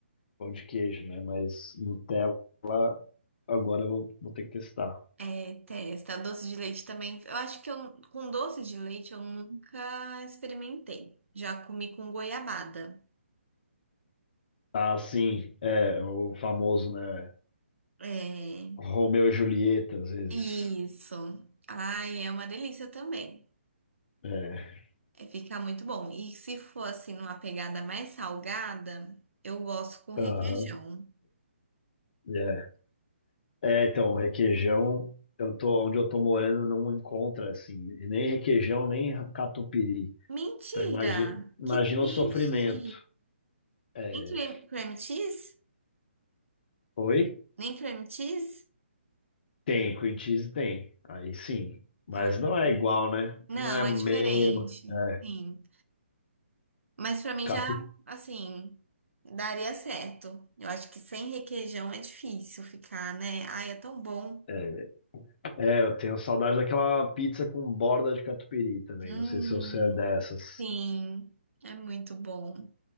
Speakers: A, on the left; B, on the right.
A: pão de queijo, né? Mas Nutella, agora eu vou, vou ter que testar.
B: é, testa. Doce de leite também. Eu acho que eu, com doce de leite eu nunca experimentei. Já comi com goiabada.
A: ah sim é, o famoso, né?
B: É.
A: Romeu e Julieta, às vezes.
B: Isso. Ai, é uma delícia também.
A: É,
B: É, fica muito bom. E se for assim, numa pegada mais salgada, eu gosto com requeijão.
A: aham, é. É, então, requeijão, eu tô, onde eu tô morando não encontra, assim, nem requeijão, nem catupiry.
B: Mentira!
A: Então, imagi- imagina
B: Que triste!
A: o sofrimento. É,
B: Nem creme, creme cheese?
A: foi?
B: Nem creme cheese?
A: Tem, cream cheese tem. Aí sim. Mas
B: Ah,
A: não é igual, né?
B: não,
A: Não é
B: é
A: mesmo.
B: diferente.
A: É,
B: Sim. Mas pra mim
A: catu...
B: já, assim, daria certo. Eu acho que sem requeijão é difícil ficar, né? Ai, é tão bom.
A: é, é, eu tenho saudade daquela pizza com borda de catupiry também.
B: Hum,
A: Não sei se você é dessas.
B: sim, é muito bom.